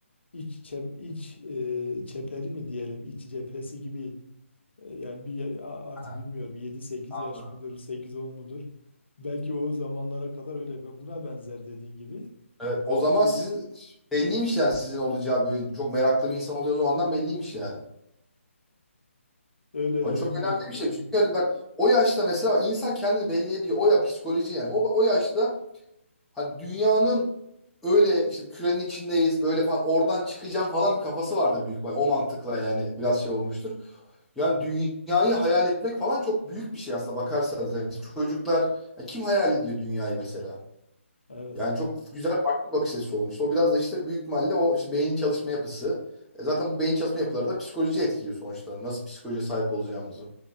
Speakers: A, on the left; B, in the centre.
A: iç çep- iç e, çeperi mi diyelim, iç cephesi gibi e, yani bir ya- a- artık
B: Aha,
A: bilmiyorum yedi sekiz
B: Anladım.
A: yaş mıdır, sekiz on mudur? Belki o zamanlara kadar öyle bir- buna benzer dediğin gibi.
B: Evet, o zaman
A: E,
B: sizin belliymiş yani sizin olacağı böyle çok meraklı bir insan olacağı o zamandan belliymiş yani.
A: öyle
B: O
A: de
B: çok
A: bilmiyorum.
B: önemli bir şey çünkü hani bak o yaşta mesela insan kendini belli ediyor. O ya psikoloji yani. O, o yaşta hani dünyanın öyle işte kürenin içindeyiz böyle falan oradan çıkacağım falan bir kafası vardır büyük ihtimal. O mantıkla yani biraz şey olmuştur. Yani dünyayı hayal etmek falan çok büyük bir şey aslında bakarsanız. Yani çocuklar ya kim hayal ediyor dünyayı mesela?
A: Evet.
B: Yani çok güzel farklı bir bakış açısı olmuş. O biraz da işte büyük ihtimalle o işte beynin çalışma yapısı. E Zaten bu beyin çalışma yapıları da psikolojiyi etkiliyor sonuçta. Nasıl psikolojiye sahip olacağımızı.